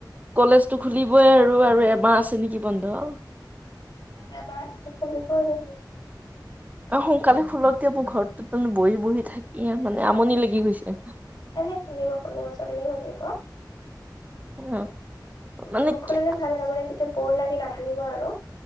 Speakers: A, on the right (about 20°); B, on the left (about 55°).
A: কলেজটো খুলিবই আৰু আৰু এমাহ আছে নেকি বন্ধ।
B: এমাহ আছে খুলিব আৰু।
A: অ' সোনকালে খুলক দে মোৰ ঘৰতটো মানে বহি বহি থাকি আৰু মানে আমনি লাগি গৈছে।
B: এনে খুলিব খুলিব জলদি খুলিব।
A: অ'।
B: অ'
A: মানে
B: খুলিলে
A: কি
B: ভাল হয় মানে তেতিয়া বৰ লাগি নাথাকিব আৰু।